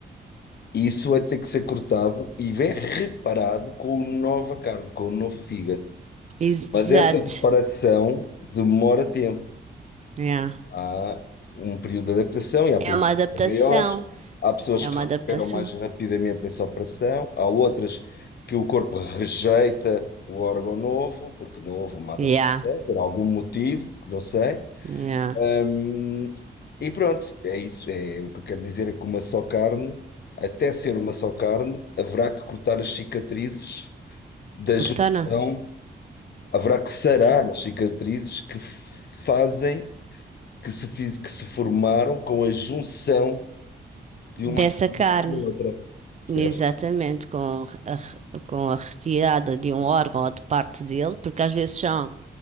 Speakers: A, on the left; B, on the right.
A: isso vai ter que ser cortado e vem reparado com o nova carne, com o novo fígado.
B: Exato.
A: Mas essa reparação demora tempo.
B: Yeah.
A: Há um período de adaptação e há períodos
B: É uma
A: de
B: adaptação.
A: adaptação maiores. Há pessoas
B: É
A: que
B: uma
A: recuperam
B: adaptação.
A: mais rapidamente essa operação, há outras que o corpo rejeita o órgão novo, porque não houve uma adaptação,
B: Yeah,
A: por algum motivo, que não sei.
B: yeah.
A: Hum, e pronto, é isso. É, o que eu quero dizer é que uma só carne, até ser uma só carne, haverá que cortar as cicatrizes da
B: Cortana.
A: junção, haverá que sarar
B: F-
A: as cicatrizes que f- fazem que se, fiz- que se formaram com a junção de
B: Dessa
A: uma carne
B: carne.
A: com a outra, percebes?
B: Exatamente. Com a, re- com a retirada de um órgão ou de parte dele, porque às vezes são.